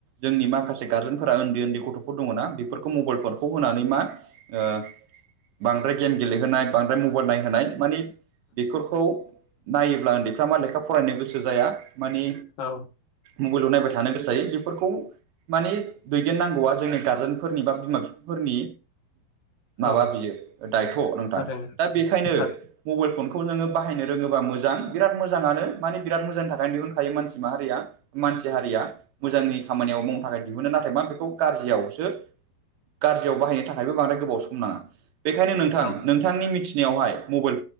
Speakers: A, on the right; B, on the left.
A: जोंनि माखासे गारजेनफोरा उन्दै उन्दै गथ' दङ ना बेफोरखौ मबाइलफोरखौ होनानै मा ओ बांद्राय गेम गेलेहोनाय बांद्राय मबाइल नायहोनाय मानि बेफोरखौ नायोब्ला उन्दैफ्रा मा लेखा फरायनो गोसो जाया मानि
B: औ
A: मबाइलाव नायबाय थानो गोसोायो बेफोरखौ मानि दैदेननांगौआ जोंनि गारजेनफोरनि बा बिमा बिफाफोरनि माबा
B: औ
A: बेयो दायथ' नोंथां
B: थारैनो
A: दा बेखायनो
B: थारैनो
A: मबाइल फनखौ नोंङो बाहायनो रोङोबा मोजां बिराद मोजाङानो माने बिराद मोजांनि थाखाय दिहुनखायो मानसि माहारिया मानसि हारिया मोजांनि खामानियाव मावनो थाखाय दिहुनो नाथाय मा बेखौ गाज्रियाव सो गाज्रियाव बाहायनो थाखायबो बांद्राय गोबाव सम नांडा बेखायनो नोंथां
B: औ
A: नोंथांनि मिथिनायावहाय मबाइल